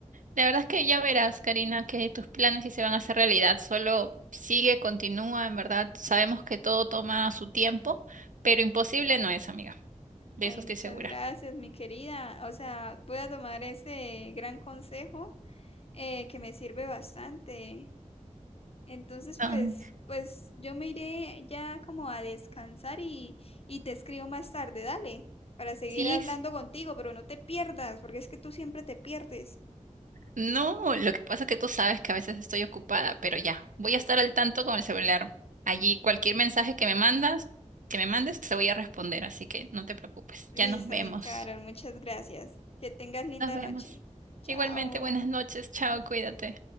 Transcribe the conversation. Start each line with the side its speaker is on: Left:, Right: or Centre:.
Right: La verdad es que ya verás, Karina, que tus planes sí se van a hacer realidad. Solo sigue, continúa, en verdad. Sabemos que todo toma su tiempo, pero imposible no es, amiga. De
Left: Ay,
Right: eso estoy
Left: muchas
Right: segura.
Left: gracias, mi querida. O sea, voy a tomar ese gran consejo eh, que me sirve bastante. Entonces, pues,
Right: No,
Left: pues yo me iré ya como a descansar y, y te escribo más tarde, dale, para seguir
Right: sí.
Left: hablando
Right: s-
Left: contigo, pero no te pierdas, porque es que tú siempre te pierdes.
Right: No, lo que pasa es que tú sabes que a veces estoy ocupada, pero ya, voy a estar al tanto con el celular. Allí cualquier mensaje que me mandas, que me mandes, te voy a responder, así que no te preocupes.
Left: Listo,
Right: Ya nos vemos.
Left: mi Carol, muchas gracias. Que tengas linda
Right: Nos vemos.
Left: noche. Chao.
Right: Igualmente, buenas noches. Chao, cuídate.